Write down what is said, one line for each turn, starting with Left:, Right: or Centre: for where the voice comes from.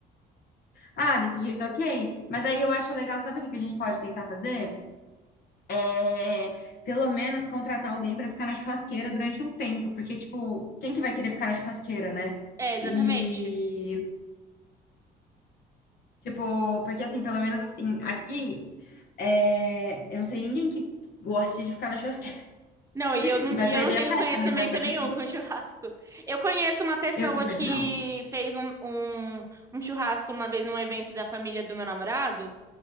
Left: Ah, desse jeito, é ok. Mas aí eu acho legal, sabe o que que a gente pode tentar fazer? É, pelo menos contratar alguém pra ficar na churrasqueira durante um tempo, porque, tipo, quem que vai querer ficar na churrasqueira, né?
Right: É, exatamente.
Left: E, tipo, porque assim, pelo menos assim, aqui, é, eu não sei ninguém que goste de ficar na churrasqueira
Right: Não, e
Left: <laughs>
Right: eu não,
Left: e vai
Right: e
Left: perder
Right: eu não tenho
Left: a festa,
Right: conhecimento
Left: né? Não vai aproveitar.
Right: nenhum com <laughs> churrasco. Eu conheço uma pessoa
Left: Eu também
Right: que
Left: não.
Right: fez um, um, um churrasco uma vez num evento da família do meu namorado.